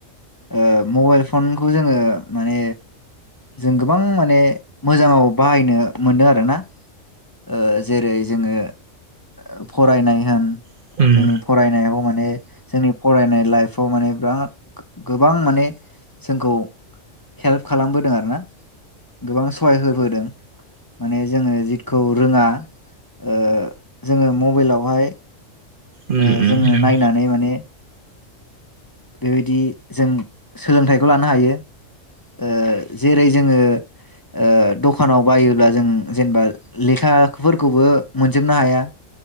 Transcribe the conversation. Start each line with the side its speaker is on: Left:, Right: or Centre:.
Left: ओ मबाइल फनखौ जोङो माने जों गो बां माने मोजाङाव बाहायनो मोनदों आरो ना। ओ जेरै जोङो ओ फरायनाय होन
Right: उम
Left: जोंनि फरायनायाव माने जोंनि फरायनाय लाइफआव माने बिराद गो-गोबां माने जोंखौ हेल्प खालामबोदों आरोना गोबां सहाय होबोदों माने जोङो जि खौ रोङा ओ जोङो मबाइलावहाय
Right: उम
Left: ओ
Right: उम
Left: जोङो
Right: उम
Left: नायनानै
Right: नंगौ
Left: माने बेबायदि जों सोलोंथाइखौ लानो हायो ओ जेरै जोङो ओ दखानाव बायोब्ला जों जेनबा लेखाफोरखौबो मोनजोबनो हाया।